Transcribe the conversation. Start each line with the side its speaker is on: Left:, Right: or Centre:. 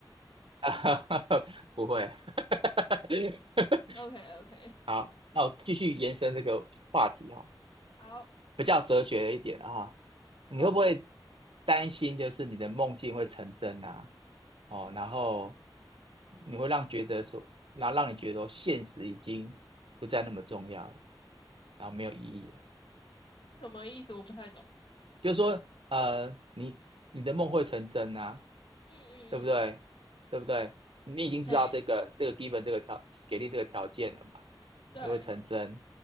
Right: <laughs> 不会，<laughs>
Left: <laughs> OK OK，
Right: 好，那我继续延伸这个话题哦。
Left: 好。
Right: 比较哲学一点啊，你会不会
Left: OK，
Right: 担心就是你的梦境会成真啊？哦，然后你会让觉得说，然后让你觉得说现实已经不再那么重要了，然后没有意义了。
Left: 什么意思？我不太懂。
Right: 就是说，呃，你你的梦会成真啊，
Left: 嗯嗯嗯，
Right: 对不对？对不对？你已经知道这个这个
Left: 嘿，
Right: given 这个条给定这个条件了嘛，
Left: 对，
Right: 你会成真，